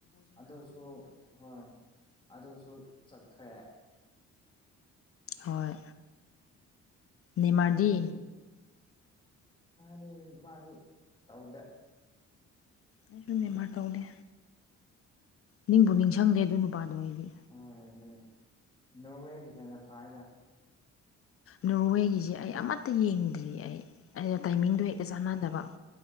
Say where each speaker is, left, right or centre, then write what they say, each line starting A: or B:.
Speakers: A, on the left; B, on the left.
A: ꯑꯗꯨꯁꯨ ꯍꯣꯏ ꯑꯗꯨꯁꯨ ꯆꯠꯈ꯭ꯔꯦ
B: ꯍꯣꯏ ꯅꯦꯃꯥꯔꯗꯤ
A: ꯑꯗꯨꯅꯤ ꯑꯗꯨꯒꯤꯅꯤ ꯃꯥꯗꯤ ꯃꯥꯗꯤ ꯇꯧꯗꯦ
B: ꯑꯩꯗꯨꯅꯦ ꯃꯥ ꯇꯧꯗꯦ ꯅꯤꯡꯕꯨ ꯅꯤꯡꯖꯡꯗꯦ ꯑꯗꯨ ꯅꯨꯄꯥꯗꯣ ꯑꯩꯗꯤ
A: ꯍꯣꯏ ꯑꯗꯨꯅꯦ ꯅꯣꯋꯦꯒꯤꯖꯤ ꯀꯥꯏꯗ
B: ꯅꯣꯔꯋꯦꯒꯤꯁꯤ ꯑꯩ ꯑꯃꯠꯇ ꯌꯦꯡꯗ꯭ꯔꯤꯌꯦ ꯑꯩ ꯑꯩꯅ ꯇꯥꯏꯃꯤꯡꯗꯣ ꯍꯦꯛꯇ ꯆꯥꯟꯅꯗꯕ